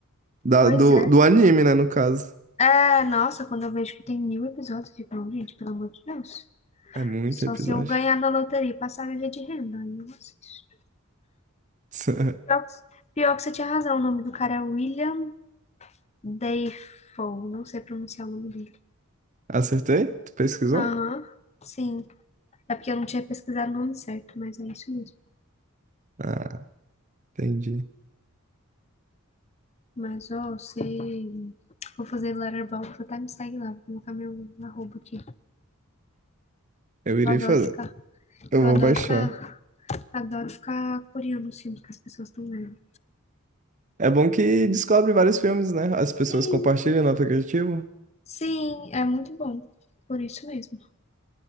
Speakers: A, on the right (about 35°); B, on the left (about 30°).
A: Da-
B: Pois
A: do,
B: é.
A: do anime, né, no caso.
B: É, nossa, quando eu vejo que tem mil episódios, eu fico, "Não, gente, pelo amor de Deus.
A: É muito
B: Só
A: episódio.
B: se eu ganhar na loteria e passar a viver de renda, aí eu assisto.
A: <laughs>
B: Pior que, pior que você tinha razão, o nome do cara é William Dafoe, não sei pronunciar o nome dele.
A: Acertei? Tu pesquisou?
B: Aham, sim. É porque eu não tinha pesquisado o nome certo, mas é isso mesmo.
A: Ah, entendi.
B: Mas, ó, você... Vou fazer Letterboxd, até me segue lá, vou colocar meu arroba aqui.
A: Eu irei
B: Eu adoro
A: fazer.
B: ficar,
A: Eu
B: eu
A: vou
B: adoro
A: baixar.
B: ficar, adoro ficar curiando os filmes que as pessoas estão vendo.
A: É bom que descobre vários filmes, né? As pessoas
B: Sim,
A: compartilham no aplicativo.
B: sim, é muito bom. Por isso mesmo.